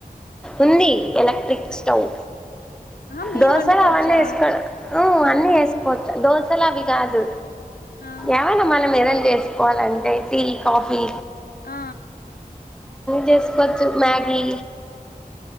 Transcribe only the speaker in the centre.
ఉంది ఎలక్ట్రిక్ స్టవ్
దోసలు
అవన్నీ వేసుకో అన్నీ వేసుకోవచ్చు దోసలు అవి కాదు
ఎవైనా మనం ఏదన్నా చేసుకోవాలంటే టీ కాఫీ
చేసుకోచ్చు మ్యాగి